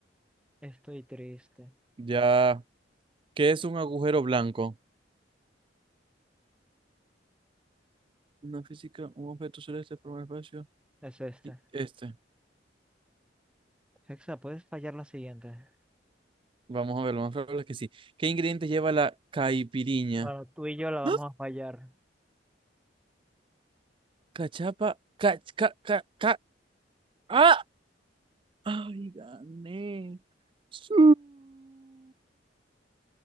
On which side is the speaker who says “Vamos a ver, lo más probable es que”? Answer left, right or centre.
Right